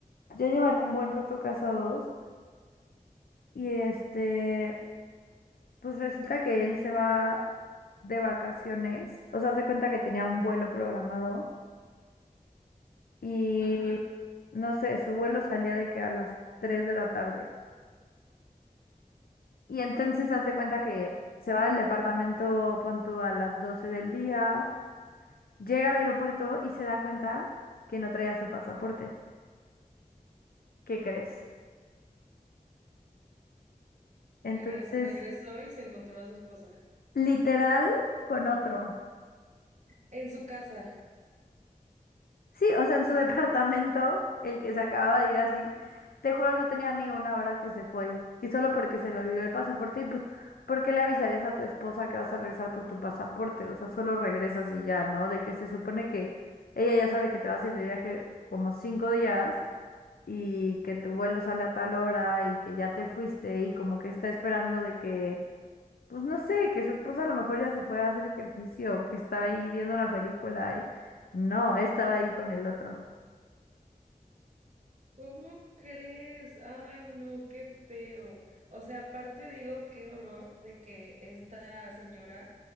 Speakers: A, on the left; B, on the right.
A: Ya llevan un buen rato casados y este, pues resulta que él se va de vacaciones, o sea, hace cuenta que tenía un vuelo programado y
B: Ajá.
A: no sé, su vuelo salía de que a las 3 de la tarde. Y entonces hace cuenta que se va del departamento, pon tú, a las 12 del día, llega al aeropuerto y se da cuenta que no traía su pasaporte. ¿Qué crees? Entonces,
B: Que regresó regresó y se encontró a su esposa.
A: literal con otro.
B: En su casa.
A: Sí, o sea, en su <laughs> departamento, el que se acababa de ir así, te juro, no tenía ni una hora que se fue. Y solo porque se le olvidó el pasaporte, y pues, ¿por qué le avisarías a tu esposa que vas a regresar por tu pasaporte? O sea, solo regresas y ya, ¿no? De que se supone que ella ya sabe que te vas a ir de viaje como cinco días y que tu vuelo sale a tal hora y que ya te fuiste y como que está esperando de que, pues no sé, que su esposa a lo mejor ya se fue a hacer ejercicio, que está ahí viendo una película y no, estaba ahí con el otro.
B: ¿Cómo crees? Ay, no, qué feo. O sea, aparte digo, qué horror de que esta señora